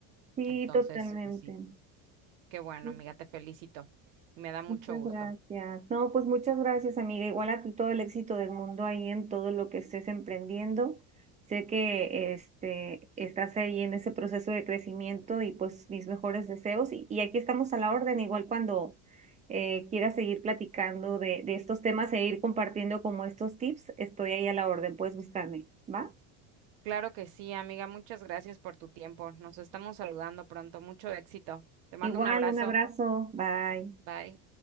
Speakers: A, on the right; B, on the right.
A: Sí,
B: Entonces,
A: totalmente.
B: pues sí, qué bueno,
A: Sí.
B: amiga, te felicito y me da mucho
A: Muchas
B: gusto.
A: gracias. No, pues muchas gracias, amiga. Igual a ti todo el éxito del mundo ahí en todo lo que estés emprendiendo. Sé que este estás ahí en ese proceso de crecimiento y pues mis mejores deseos. Y, y aquí estamos a la orden, igual cuando eh, quieras seguir platicando de, de estos temas e ir compartiendo como estos tips, estoy ahí a la orden. Puedes buscarme, ¿va?
B: Claro que sí, amiga. Muchas gracias por tu tiempo. Nos estamos saludando pronto. Mucho éxito. Te mando
A: Igual,
B: un abrazo.
A: un abrazo. Bye.
B: Bye.